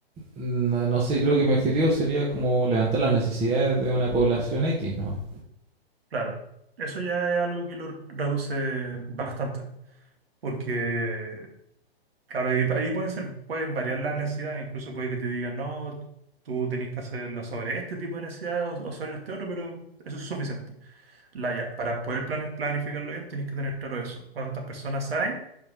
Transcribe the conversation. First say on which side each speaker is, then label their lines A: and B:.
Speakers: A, on the right (about 20°); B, on the right (about 65°).
A: No, no sé, creo que mi objetivo sería como levantar las necesidades de una población X nomás.
B: Claro, eso ya es algo que lo reduce bastante, porque, claro, ahí, ahí pueden ser, pueden variar las necesidades, incluso puede que te digan, no, tú tenés que hacerlo sobre este tipo de necesidades o, o sobre este otro, pero eso es suficiente. La, ya, para poder plane- planificarlo bien, tenés que tener claro eso, cuántas personas hay